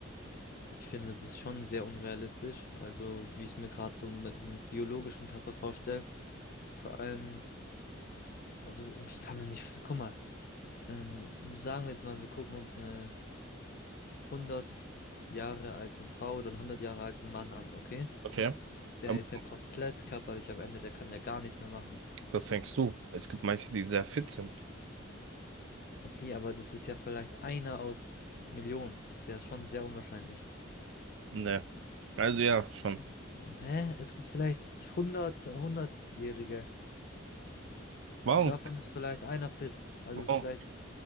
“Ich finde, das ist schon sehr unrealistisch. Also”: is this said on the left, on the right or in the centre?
Left